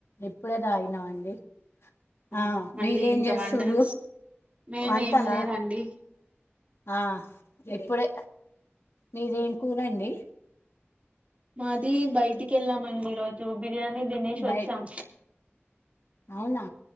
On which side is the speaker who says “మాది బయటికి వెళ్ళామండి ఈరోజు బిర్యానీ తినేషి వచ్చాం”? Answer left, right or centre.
Right